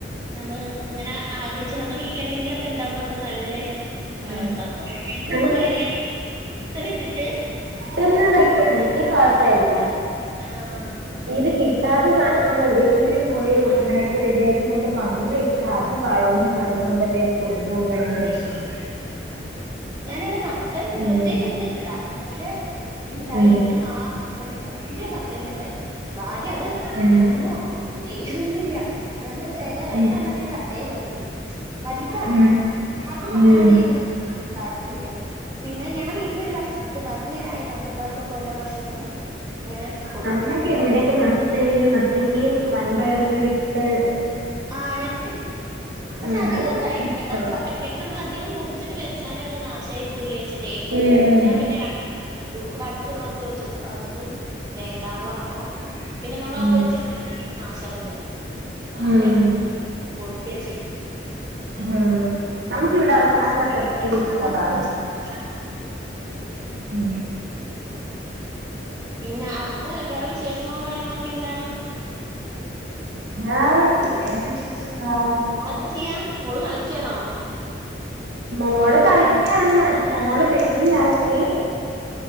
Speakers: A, on the right; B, on the right.
A: നമ്മള് ഇങ്ങനെ ആഗ്രഹിച്ച് നമ്മളെ വീടി ന്തെങ്കിലൊക്കെ ണ്ടാകുമ്പോ നമുക്ക് നല്ലൊരു ആഹ്
B: ഉം
A: സന്തോഷ ക്ക്
B: നമുക്ക്
A: ഇതുപോലെ ഞാന് ത്തനെ ഇട്ട്ട്ട്
B: തിന്ന് വെയ്ക്കാണെങ്കി കൊഴപ്പല്ല.
A: ആഹ്
B: ഈത് കിട്ടാത്ത സാനം നമ്മൾ എവിടെങ്കിലും പോയി ഉണ്ടാക്കി
A: ആഹ്
B: റെഡിയാക്കി കൊണ്ട് വന്നേ. ആഹ് അത് വളർന്ന് വലുതാവുംമ്പത്തേന്
A: അതെ.
B: കൊണ്ട് പോവുമ്പയാണ് വെഷ്മം.
A: ഞാനിവിടെ മത്തൻ
B: ഉം
A: വെർതെ വിത്തിട്ടതാ പക്ഷെ ഇണ്ടായി
B: ഉം
A: ഒരു നാല് മത്തങ്ങ വല്ലിയ മത്തങ്ങണ്ടായി ഭാഗ്യ അത്
B: ഉം
A: ഒന്നും ചെയ്ത്ട്ടില്ല ഞാൻ ന്നിട്ട് വേഗം രണ്ടെണ്ണം
B: ഉം
A: ഞാൻ കടേ കൊടുത്തു വല്താണ്
B: ഉം
A: ആർക്കും മത്തനോട്
B: ഉം
A: ഇവിടെ താല്പര്യല്ല പിന്നെ ഞാൻ വീട്ടിലൊരു കഷ്ത്തു ബാക്കി ഞാൻ അയൽവക്കകാർക്കൊക്കെ ഓരോ കഷ്ണങ്ങൾ ഇങ്ങനെ കൊടുക്കും.
B: ഞങ്ങെക്കെ ഇവിടൊക്കെ മത്തങ്ങിയും മത്തങ്ങയും വൻപയറും കൂടി ട്ട്
A: ആഹ് <unintelligible> പക്ഷെ
B: ആഹ്
A: അധികം
B: അത്
A: ഒന്നും
B: ഭയങ്കര
A: കഴിക്കില്ല
B: ഇഷ്ടവാ
A: കൊർച്ചൊക്കെ കഴിക്കും പ്പം നമ്മൾ അധികം മുറിച്ചിട്ട് വെച്ചാല് അത് നാശായി പോവ് ലെ വെച്ചിട്ടേ
B: ഉം
A: ഞാൻ പിന്നെ ര <unintelligible> ഇവിടെ അട്ത്തുള്ളോർക്ക് ചോയ്ച്ചപ്പോ അവർക്ക് വേണ്ടാന്ന് വർണപ്പോ പിന്നെ നമ്മൾ
B: ഉം
A: ആഹ് വെച്ചോണ്ടിര്ന്നാ യിത് നാശാവുലെ അപ്പ
B: ഉം
A: ഞാം ഒക്കെ ചെയ്പ്
B: ഹ്ഉം നമ്മ്ക്ക് ഇവിടെ ആൾക്കാരെ
A: അങ്ങനെ നമുക്ക് വീട്ടിലേക്ക്
B: ഭയങ്കര
A: ഉണ്ടാവുമ്പോ
B: ഇഷ്ടമാണ്
A: നമുക്കൊരു സന്തോഷാണ്
B: ഉം
A: പിന്നെ അവിട്ത്തെ വേറെ വിശേഷങ്ങളും കാര്യങ്ങളൊക്കെ എന്താണ്
B: ആഹ് പിന്നെന്ത് വിശേ- <unintelligible>
A: മോളെത്ത് ചെയ്യാ മോള് കളിക്കിയാണോ
B: മോള് കളിക്കിയാണ് ന്നാ മോള് വെല്ലിയതായി ണ്ണീ